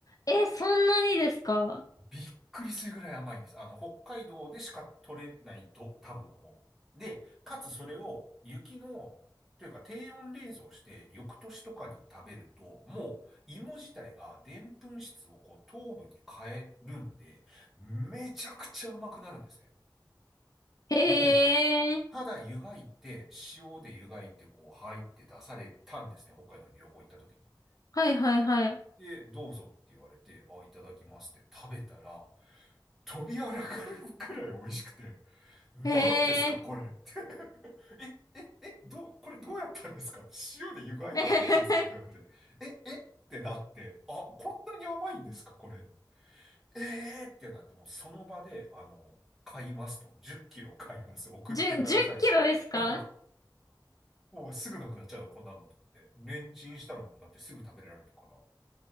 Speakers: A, on the left; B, in the centre.
A: え、そんなにですか
B: びっくりするぐらい甘いんです。あの、北海道でしか取れないと多分思う。で、かつそれを雪の、というか低温冷蔵して翌年とかに食べると、もう芋自体がでんぷん質をこう糖分に変えるんで、めちゃくちゃ甘くなるんですね。
A: へえ。
B: もう、ただ湯がいて、塩で湯がいてこう入って出されたんですね。北海道に旅行行った時に。
A: はいはいはい。
B: で、どうぞって言われて、あ、いただきますって食べたら、飛びあらかるくらい美味しくて、何ですかこれって
A: へえ。
B: <laughs>。え、え、え、どう、これどうやったんですか塩で湯がいただけですよって言われて、
A: <laughs>
B: え、えってなって、あ、こんなに甘いんですかこれ。えーってなって、もうその場で、あの、買いますと。10キロ買います。送ってくださいっつって。
A: じゅ、10キロですか
B: <laughs> もうすぐなくなっちゃうの、こんなのと思って。レンチンしたらもうだってすぐ食べられるから。